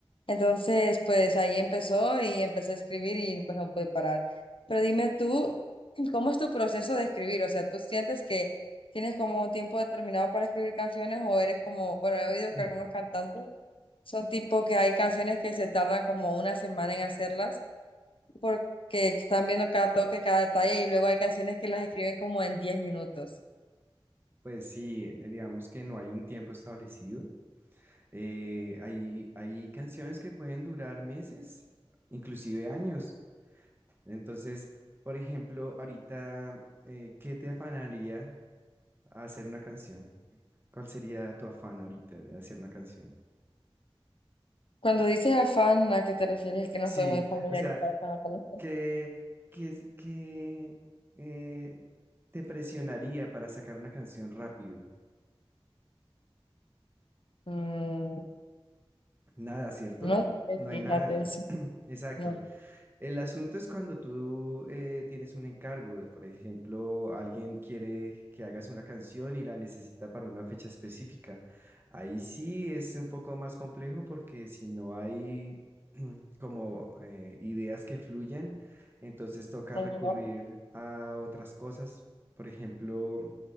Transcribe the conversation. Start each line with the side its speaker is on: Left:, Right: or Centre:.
Left: Entonces, pues ahí empezó y empecé a escribir y pues no pude parar. Pero dime tú, ¿cómo es tu proceso de escribir? O sea, ¿tú sientes que tienes como un tiempo determinado para escribir canciones o eres como, bueno, he oído
Right: <clears throat>
Left: que algunos cantantes son tipo que hay canciones que se tardan como una semana en hacerlas? porque están viendo cada toque, cada detalle y luego hay canciones que las escriben como en diez minutos.
Right: Pues sí, eh, digamos que no hay un tiempo establecido. Eh, hay, hay canciones que pueden durar meses, inclusive años. Entonces, por ejemplo, ahorita, eh, ¿qué te afanaría a hacer una canción? ¿Cuál sería tu afán ahorita de hacer una canción?
Left: Cuando dices afán, ¿a qué te refieres? Es que no
Right: Sí,
Left: soy muy familiarizada
Right: o sea,
Left: con la palabra.
Right: ¿qué, qué, es- qué, eh, te presionaría para sacar una canción rápido?
Left: Mm,
Right: Nada, ¿cierto?
Left: no sé,
Right: No hay
Left: fíjate,
Right: nada.
Left: sí.
Right: Exacto.
Left: No.
Right: El asunto es cuando tú eh, tienes un encargo, de, por ejemplo, alguien quiere que hagas una canción y la necesita para una fecha específica. Ahí sí es un poco más complejo porque si no hay <clears throat> como eh, ideas que fluyan, entonces toca
Left: Ajá,
Right: recurrir a otras cosas. Por ejemplo,